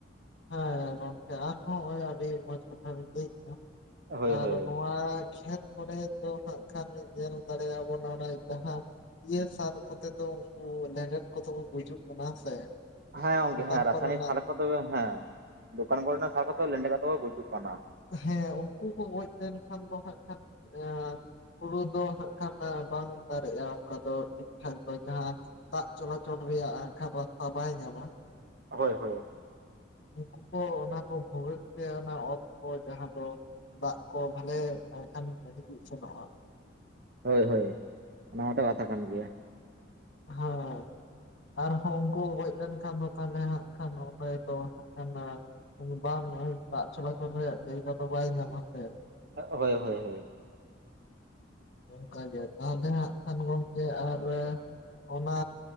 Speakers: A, on the left; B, on the right.
A: ᱦᱮᱸ ᱜᱚᱝᱠᱮ ᱟᱨᱦᱚᱸ ᱦᱚᱜᱼᱟᱹᱰᱤ ᱢᱚᱸᱡᱽ ᱠᱟᱛᱷᱟ ᱵᱮᱤᱱ ᱞᱟᱹᱭ ᱠᱮᱫᱟ᱾
B: ᱦᱳᱭ
A: ᱟᱨ
B: ᱦᱳᱭ
A: ᱱᱚᱣᱟ ᱠᱷᱮᱛ ᱠᱚᱨᱮ ᱫᱚ ᱦᱟᱸᱜ ᱠᱷᱟᱱ ᱧᱮᱞ ᱫᱟᱲᱮᱭᱟᱵᱚᱱ ᱦᱟᱱᱮ ᱡᱟᱦᱟᱸ ᱤᱭᱟᱹ ᱥᱟᱨ ᱠᱚᱛᱮ ᱫᱚ ᱩᱱᱠᱩ ᱞᱮᱸᱰᱮᱫ ᱠᱚᱛᱮ ᱠᱚ ᱜᱩᱡᱩᱜ ᱠᱟᱱᱟ ᱦᱮᱸ ᱥᱮ᱾
B: ᱦᱮᱸ ᱜᱚᱝᱠᱮ
A: ᱫᱚᱠᱟᱱ
B: ᱦᱮᱸ ᱨᱟᱥᱟᱭᱚᱱᱤᱠ
A: ᱠᱚᱨᱮᱱᱟᱜ
B: ᱥᱟᱨ ᱠᱚᱫᱚ ᱦᱮᱸ ᱫᱚᱠᱟᱱ ᱠᱚᱨᱮᱱᱟᱜ ᱥᱟᱨ ᱠᱚᱫᱚ ᱞᱮᱸᱰᱮ ᱠᱟᱛᱮ ᱠᱚ ᱜᱩᱡᱩᱜ ᱠᱟᱱᱟ᱾
A: ᱦᱮᱸ ᱩᱱᱠᱩ ᱠᱚ ᱜᱚᱡ ᱞᱮᱱᱠᱷᱟᱱ ᱫᱚ ᱦᱟᱸᱷ ᱠᱷᱟᱱ ᱮᱸ ᱦᱩᱲᱩ ᱫᱚ ᱦᱟᱸᱜ ᱠᱷᱟᱱ ᱵᱟᱝ ᱫᱟᱨᱮᱜᱼᱟ ᱚᱱᱠᱟ ᱫᱚ ᱴᱷᱤᱠ ᱴᱷᱟᱠ ᱫᱚ ᱡᱟᱦᱟᱸ ᱫᱟᱜ ᱪᱚᱞᱟᱪᱚᱞ ᱨᱮᱭᱟᱜ ᱟᱠᱷᱟ ᱨᱟᱥᱛᱟ ᱵᱟᱭ ᱧᱟᱢᱟ᱾
B: ᱦᱳᱭ ᱦᱳᱭ
A: ᱩᱜᱠᱩ ᱠᱚ ᱚᱱᱟ ᱠᱚ ᱵᱷᱩᱜᱟᱹᱜ ᱛᱮ ᱚᱱᱟ ᱚᱛ ᱠᱚ ᱡᱟᱦᱟᱸ ᱫᱚ ᱫᱟᱜ ᱠᱚ ᱵᱷᱟᱞᱮ ᱮᱸᱰᱮᱠᱷᱟᱱ ᱦᱤᱡᱩᱜ ᱥᱮᱱᱚᱜᱼᱟ᱾
B: ᱦᱳᱭ ᱦᱳᱭ ᱚᱱᱟ ᱢᱟᱛᱚ ᱠᱟᱛᱷᱟ ᱠᱟᱱ ᱜᱮᱭᱟ᱾
A: ᱦᱮᱸ ᱟᱨᱦᱚᱸ ᱩᱝᱠᱩ ᱜᱚᱡ ᱞᱮᱱᱠᱷᱟᱱ ᱫᱚ ᱛᱟᱦᱞᱮ ᱦᱟᱸᱜ ᱠᱷᱟᱱ ᱚᱸᱰᱮ ᱫᱚ ᱦᱟᱸᱜ ᱠᱟᱱᱟ ᱵᱟᱝ ᱱᱚᱜᱼᱚᱭ ᱫᱟᱜ ᱪᱚᱞᱟᱪᱚᱞ ᱨᱮᱭᱟᱜ ᱡᱟᱭᱜᱟ ᱫᱚ ᱵᱟᱭ ᱧᱟᱢᱟ ᱥᱮ᱾
B: ᱦᱳᱭ ᱦᱳᱭ ᱦᱳᱭ᱾
A: ᱚᱝᱠᱟ ᱜᱮ ᱛᱟᱦᱞᱮ ᱦᱟᱸᱜ ᱠᱷᱟᱱ ᱜᱚᱝᱠᱮ ᱟᱨ ᱚᱱᱟ